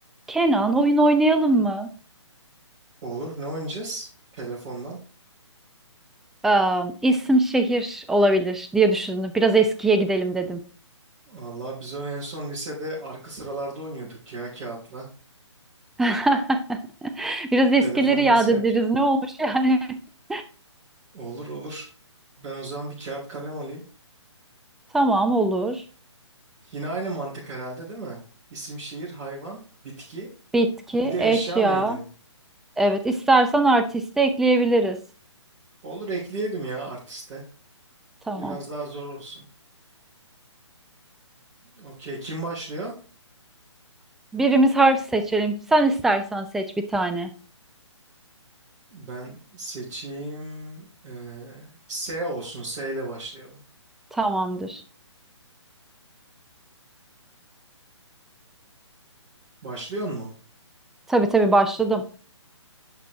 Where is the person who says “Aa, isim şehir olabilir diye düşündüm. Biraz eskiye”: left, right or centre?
Centre